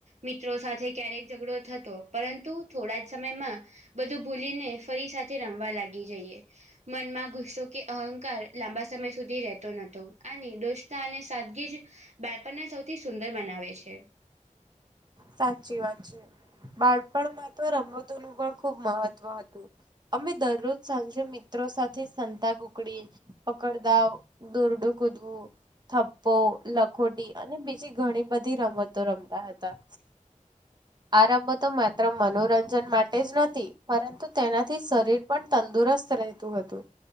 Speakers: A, on the right; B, on the right.
A: મિત્રો સાથે ક્યારેક ઝઘડો થતો પરંતુ થોડા જ સમયમાં બધું ભૂલીને ફરી સાથે રમવા લાગી જઈએ. મનમાં ગુસ્સો કે અહંકાર લાંબા સમય સુધી રહેતો નહતો. આ નિર્દોષતા અને સાદગી જ બાળપણને સૌથી સુંદર બનાવે છે.
B: સાચી વાત છે. બાળપણમાં તો રમતો નું પણ ખુબ મહત્વ હતું. અમે દરરોજ સાંજે મિત્રો સાથે સંતાકૂકડી પકડ દાવ, દોરડું કુદવું, થપ્પો લખોટી અને બીજી ઘણી બધી રમતો રમતા હતા.
A: <inaudible>
B: આ રમતો માત્ર મનોરંજન માટે જ નથી પરંતુ તેનાથી શરીર પણ તંદુરસ્ત રહેતું હતું.